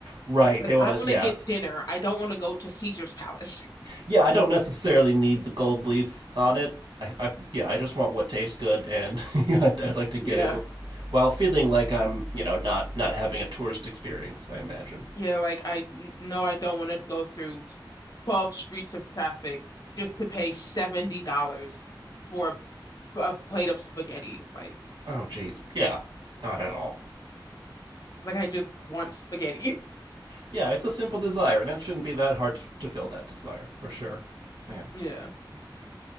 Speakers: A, on the right; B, on the left.
A: Right.
B: Like
A: They want
B: I
A: to,
B: want
A: yeah.
B: to get dinner. I don't want to go to Caesar's Palace. <laughs>
A: Yeah, I don't necessarily need the gold leaf on it. I, I yeah, I just want what tastes good, and <laughs> I'd, I'd like to get
B: Yeah.
A: it wi- while feeling like I'm, you know, not not having a tourist experience. I imagine.
B: Yeah, like I n- no, I don't want to go through 12 streets of traffic just to pay $70 for a, a plate of spaghetti. Like
A: Oh, geez, yeah, not at all.
B: like I just want spaghetti.
A: Yeah, it's a simple desire, and it shouldn't be that hard to, to fill that desire for sure. Man.
B: <laughs> Yeah.